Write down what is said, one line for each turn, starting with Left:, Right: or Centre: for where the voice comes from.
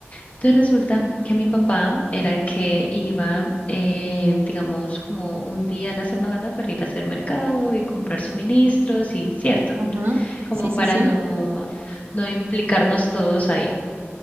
Left: Entonces resulta
Right: Y-
Left: que mi papá era el que iba, eh, digamos, como un día a la semana para ir a hacer mercado y comprar suministros y cierto,
Right: Ajá,
Left: como
Right: sí,
Left: para
Right: sí, sí.
Left: no, no implicarnos todos ahí.